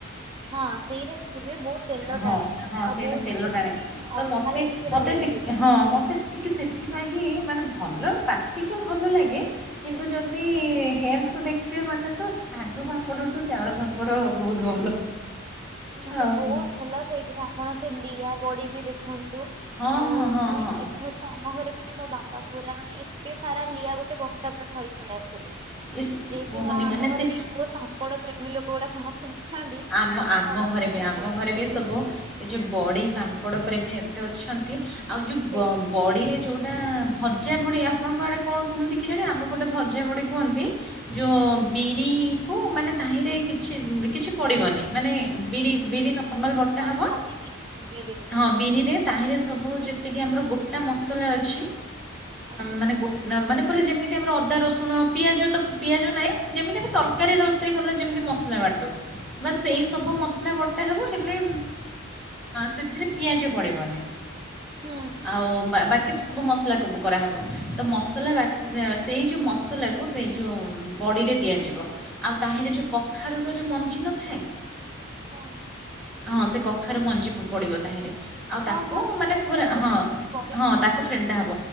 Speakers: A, on the right (about 25°); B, in the centre.
A: ହଁ ସେଇଟା କି ନ ବେ ବହୁତ, କ ତେଲ
B: ହଁ
A: ଟାଣେ
B: ହଁ
A: ଆଉ
B: ସେଇଟା
A: ବହୁତ
B: ତେଲ
A: ଟିକେ
B: ଟାଣେ
A: ମାନେ
B: ତ
A: ଅଠାରେିଆ
B: ମୋତେ
A: ଟିକେ
B: ମୋତେ
A: ରହିବ ସେଇଟା।
B: ହଁ ମତେ ଟିକେ ସେଥିପାଇଁ ହିଁ ମାନେ ଭଲ ପାକଟିକୁ ଭଲ ଲାଗେ। କିନ୍ତୁ ଯଦି ହେଲ୍। ତ ଦେଖିବେ ମାନେ ତ ଶାଗ ପାମ୍ପଡ଼ଠୁ ଚାଉଳ ପାମ୍ପଡ଼ ବହୁତ ଭଲ।
A: ନିହାତି
B: ହଁ
A: ବହୁତ ଭଲ ସେଇଥିରେ ଆପଣ ସେ ଲିଆ ବଡି ବି ଦେଖନ୍ତୁ।
B: ହଁ
A: ଆଉ
B: ହଁ ହଁ
A: ମାନେ
B: ହଁ
A: ଏଥର ତ ଆମ ଘରେ ମାନେ ମୋ ବାବା ପୁରା ମାନେ ଟିକେ ସାରା ଲିଆ ଗୋଟେ ବସ୍ତା ପୁରା ଧରିକି ପଳେଇ ଆସିଥିଲେ
B: ଇସ୍
A: ଯେହେତୁ
B: କୁହନି
A: ମ ଆମ
B: ମାନେ
A: ଘରେ
B: ସେ
A: ଟିକେ ଓ ପାମ୍ପଡ ପ୍ରେମୀ ଲୋକ ଗୁଡା ସମସ୍ତେ ଅଛନ୍ତି।
B: ଆମ
A: ମୋ
B: ଆମ
A: ବାବା
B: ଘରେ
A: ପୁରା
B: ବି
A: ନେଇ
B: ଆମ
A: ପଳେଇ
B: ଘରେ
A: ଆସିଥିଲେ
B: ବି ସବୁ ଏ ଯୋଉ ବଡି ପାମ୍ପଡ ପ୍ରେମୀ ଏତେ ଅଛନ୍ତି ଆଉ ଯୋଉ
A: ସେଇଆ।
B: ବଡିରେ ଯୋଉ ଗଟା ଭଜା ବଡି ଆପଣଙ୍କ ଆଡେ କଣ କୁହନ୍ତି କି ଜାଣି ଆମପଟେ ଭଜା ଭଡି କୁହନ୍ତି। ଯୋଉ
A: ହୁଁ
B: ବିରି କୁ ମାନେ ତାହିଁରେ କିଛି କିଛି ପଡ଼ିବନି ମାନେ ବିରି ବିରି ନର୍ମାଲ ବଟା
A: ହଁ
B: ହବ
A: ଖାଲି ବି ବିରିରେ
B: ହିଁ ବିରିରେ ତାହିଁରେ ସବୁ ଯେତିକି ଆମର ଗୋଟା ମସଲା ଅଛି
A: ଆଜ୍ଞା
B: ମାନେ ଗୋଟେ ନା ମାନେ ପୁରା ଯେମିତି ଆମର ଅଦା ରସୁଣ ପିଆଜ ତ ପିଆଜ ନାହିଁ ଯେମିତି ଆମ ତରକାର ତରକାରୀ
A: ହୁଁ
B: ରୋଷେଇ
A: ହୁଁ
B: କଲା ଯେମିତି ମସଲା ବାଟ ବା ସେଇ
A: ଆଜ୍ଞା
B: ସବୁ ମସଲା ସଲା ବଟା ହେବ ହେଲେ ସେଥିରେ ପିଆଜ ପଡ଼ିବନି।
A: ହୁଁ
B: ଆଉ ବାକି ସବୁ ମସଲାକୁ କରାହେବ ତ ମସଲା ବାଟି ସେଇ ଯେଉଁ ମସଲା କୁ ସେଇ ଯେଉଁ ବଡ଼ିରେ ଦିଆଯିବ ଆଉ ତାହିରେ ଯେଉଁ କଖାରୁୁର ଯେଉଁ ମଞ୍ଜିିନ <inaudible>
A: ହଁ
B: ହଁ ସେ କଖାରୁ ମଞ୍ଜି ପଡିବ ତହିଁରେ ଆଉ
A: ହଁ
B: ତାକୁ
A: ହଁ ସେଇଟା
B: ମାନେ ପୁରା
A: ମୁଁ ଖାଇଛି
B: ହଁ
A: ସେଇ ବଡିଟା
B: ହଁ ତାକୁ ଫେଣ୍ଟା ହେବ।